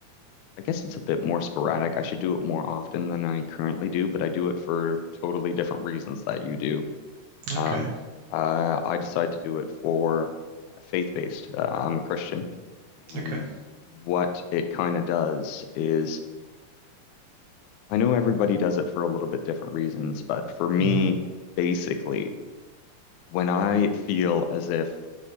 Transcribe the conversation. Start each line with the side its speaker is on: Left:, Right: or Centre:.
Left: I guess it's a bit more sporadic. I should do it more often than I currently do, but I do it for totally different reasons that you do. Um,
Right: Okay,
Left: uh, I decide to do it for uh, faith-based. Uh, I'm a Christian, and
Right: okay.
Left: what it kind of does is I know everybody does it for a little bit different reasons, but for me,
Right: Mm-hmm.
Left: basically, when I feel as if